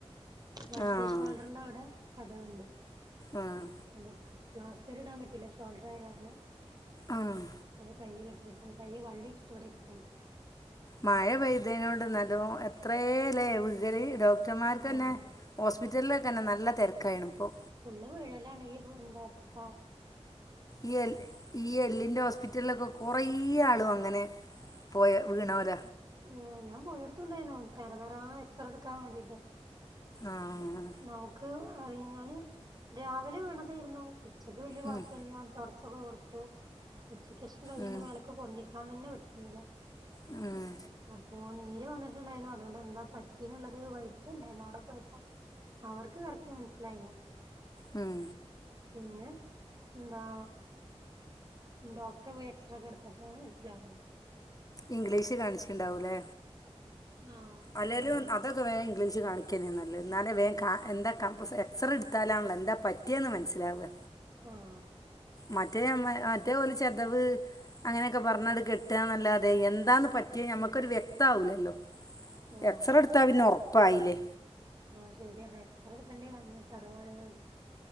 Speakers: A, on the right; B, on the left.
A: വൽത്തെ
B: ആഹ്
A: ഷോൾഡറിന്റവിടെ ചതവ്ണ്ട്
B: ആഹ്
A: ഉം, പ്ലാസ്റ്ററിടാൻ പറ്റില്ല, ഷോൾഡറായ കാരണം
B: ആഹ്
A: അപ്പൊ കയ്യ് കെട്ടിയിട്ട്ണ്. കയ്യ് വള്ളിയിട്ടിട്ട് ഇവിടെയിരിക്കണ്ട്
B: മഴ പെയ്തേനോട് നല്ലോ എത്രേലേ, വ്കല് ഡോക് ക്ടർമാർക്കന്നെ
A: ആഹ്
B: ഹോസ്പിറ്റലിലൊക്കെന്നെ നല്ല തെര്ക്കായിണ്പ്പൊ
A: ഫുള്ള് വീഴലാണ് ഈ പോ ന്ത ത്താ
B: ഈ എൽ ഈ എല്ലിന്റെ ഹോസ്പിറ്റലിലൊക്കൊ കൊറേ ആളും അങ്ങനെ പോയ വീണോര
A: ആഹ്, ഞാൻ പോയോട്ത്തുണ്ടായ്ന്നു. തെര തെരാ എക്സറടുക്കാൻ വേണ്ടീട്ട്..
B: ആഹ്‌
A: നമുക്ക് അയ് ഞാന്. രാവിലെ വിണതയ്രുന്നു. ഉച്ചക്ക് വല്യ കൊഴപ്പല്യ.
B: ഉം
A: തൊടച്ചൊക്കെ കൊടുത്തു. ഉച്ചക്കേഷം കയ്യണ്ട്
B: ഉം
A: മേലക്ക്‌ പൊന്തിക്കാനെന്നെ പറ്റുന്നില്ല.
B: ഉം
A: അപ്പൊ നീര് വന്നിട്ടുണ്ടായിന്നു. അതുകൊണ്ട് എന്താ പറ്റിന്ന്ള്ളത് വൈകിട്ടുണ്ടായിന്നു. അവിടെ പോയപ്പോ. അവർക്ക് കറക്റ്റ് മനസ്സിലായില്ല.
B: ഉം.
A: പിന്നെ ന്താ. ഡോക്ടറെ പോയി എക്സറേക്കട്ത്തപ്പോഴാണ് മനസ്സിലാവുന്നത്.
B: ഇംഗ്ലീഷ് കാണിച്ചിണ്ടാവൂലെ
A: ആഹ്
B: അലരും
A: ഇവിടെ തന്നെ
B: അ- അതൊക്കെ വേ ഇഗ്ലീഷി കാണിക്യന്നെ നല്ലത്. ന്നാലെ വേം ക എന്താ കം എക്സ്റേട്ത്താലാണല്ലൊ എന്താ പ റ്റിയന്ന് മനസ്സിലാവുക.
A: ആഹ്
B: മറ്റേ ഞമ്മ മറ്റേഓല് ചെതവ്. അങ്ങനെയൊക്കെ പറഞ്ഞട് കെട്ടാന്നല്ലാതെ എന്താന്ന് പറ്റിയ ഞമ്മക്കൊരു വ്യക്താവൂലല്ലോ.
A: ആഹ്
B: എക്സറേട്ത്താ പിന്നെ ഒർപ്പായില്ലേ.
A: ആഹ് ശരിയ, എക്സറെട്ക്കണ്ടി വന്നു ചതവാണന്ന് മൻസ്.